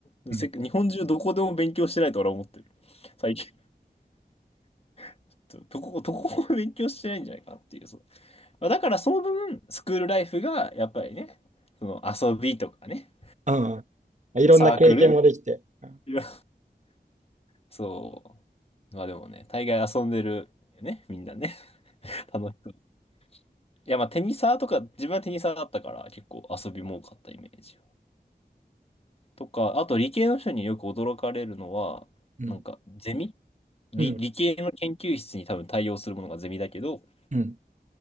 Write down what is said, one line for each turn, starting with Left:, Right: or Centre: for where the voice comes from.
Left: は、
Right: うん。
Left: せっ日本中どこでも勉強してないと俺は思ってる。最近。<laughs> どどこ、どこも勉強してないんじゃないかなっていう。そう。まあだからその分、スクールライフが、やっぱりね、その遊びとかね、
Right: うん。いろんな経験もできて。
Left: サークル。<laughs>
Right: うん。
Left: いやそう。まあでもね、大概遊んでるよね、みんなね。<laughs> 楽しそう。いや、まあテニサーとか、自分はテニサーだったから、結構遊びも多かったイメージは。とか、あと理系の人によく驚かれるのは、
Right: うん。
Left: なんか、ゼミ理、
Right: うん。
Left: 理系の研究室に多分対応するものがゼミだけど、
Right: うん